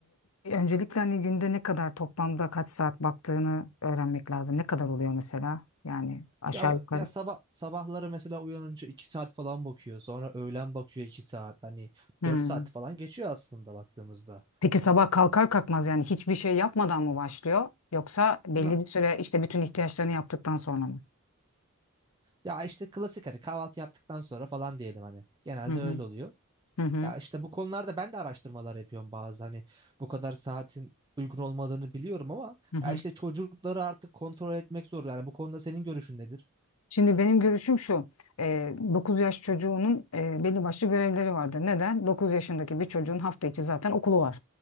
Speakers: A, on the left; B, on the right.
A: e, öncelikle hani günde ne kadar toplamda kaç saat baktığını öğrenmek lazım. Ne kadar oluyor mesela? Yani aşağı
B: Ya
A: yukarı.
B: ya sabah sabahları mesela uyanınca 2 saat falan bakıyor. Sonra öğlen bakıyor 2 saat. Hani
A: Hmm.
B: 4 saat falan geçiyor aslında baktığımızda.
A: Peki sabah kalkar kalkmaz yani hiçbir şey yapmadan mı başlıyor? Yoksa belli
B: Na-
A: bir süre işte bütün ihtiyaçlarını yaptıktan sonra mı?
B: Ya işte klasik hani kahvaltı yaptıktan sonra falan diyelim hani. Genelde
A: Hı hı.
B: öyle oluyor.
A: Hı hı.
B: Ya işte bu konularda ben de araştırmalar yapıyorum bazı hani bu kadar saatin uygun olmadığını biliyorum ama
A: Hı hı.
B: ya işte çocukları artık kontrol etmek zor. Yani bu konuda senin görüşün nedir?
A: Şimdi benim görüşüm şu. E, 9 yaş çocuğunun e, belli başlı görevleri vardır. Neden? 9 yaşındaki bir çocuğun hafta içi zaten okulu var.